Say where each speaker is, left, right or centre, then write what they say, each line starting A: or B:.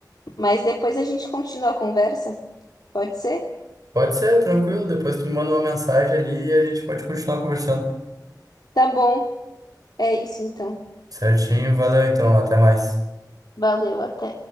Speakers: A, on the left (about 65°); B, on the right (about 55°).
A: mas depois a gente continua a conversa. Pode ser?
B: Pode ser, tranquilo, depois tu me manda uma mensagem ali e a gente pode continuar conversando.
A: Tá bom. É isso então.
B: Certinho, valeu então, até mais.
A: Valeu, até.